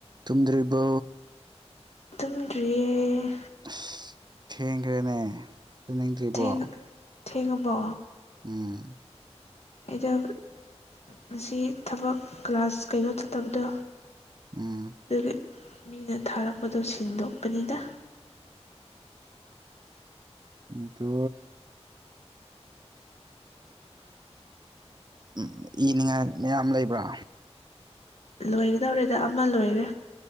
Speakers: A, on the right; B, on the left.
A: ꯇꯨꯝꯗ꯭ꯔꯤꯕ
B: ꯇꯨꯝꯗ꯭ꯔꯤꯌꯦ
A: ꯑꯁ ꯊꯦꯡꯈ꯭ꯔꯦꯅꯦ ꯇꯨꯝꯅꯤꯡꯗ꯭ꯔꯤꯕꯣ
B: ꯊꯦꯡ ꯊꯦꯡꯕꯣ
A: ꯎꯝ
B: ꯏꯗ ꯉꯁꯤ ꯊꯕꯛ ꯀ꯭ꯂꯥꯁ ꯀꯩꯅꯣ ꯆꯠꯇꯕꯗꯣ
A: ꯎꯝ
B: ꯑꯗꯨꯒꯤ ꯃꯤꯅ ꯊꯥꯔꯛꯄꯗꯣ ꯁꯤꯟꯗꯣꯛꯄꯅꯤꯗ
A: ꯎꯝꯇꯣ ꯎꯝ ꯏꯅꯤꯡꯉꯥꯏ ꯃꯌꯥꯝ ꯂꯩꯕ꯭ꯔꯥ
B: ꯂꯣꯏꯒꯗꯧꯔꯤꯦꯗ ꯑꯃ ꯂꯣꯏꯔꯦ